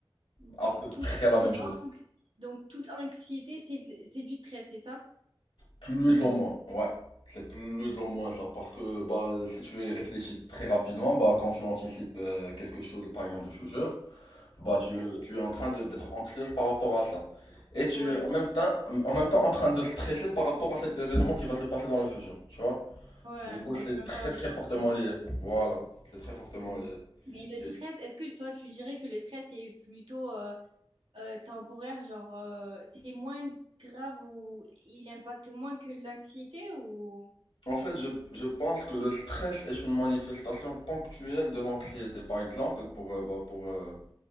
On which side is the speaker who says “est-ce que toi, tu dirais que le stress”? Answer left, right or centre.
Right